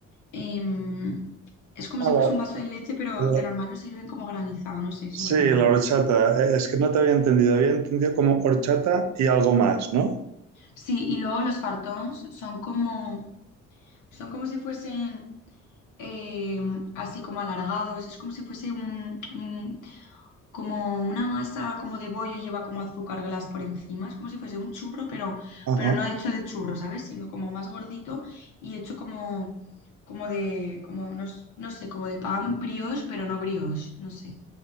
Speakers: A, on the left; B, on the right.
A: em, es como
B: Ah,
A: si fuese un vaso de leche, pero
B: la,
A: de normal lo sirven como granizado, no sé, es muy
B: Sí,
A: raro.
B: la horchata. Eh, Es que no te había entendido. Había entendido como horchata y algo más, ¿no?
A: Sí, y luego los fartons son como, son como si fuesen eh, así como alargados, es como si fuese un, un- como una masa como de bollo y lleva como azúcar glas por encima, es como si fuese un churro, pero,
B: Ajá.
A: pero no hecho de churro, ¿sabes? Sino como más gordito y hecho como, como de, como no, s- no sé, como de pan brioche, pero no brioche, no sé.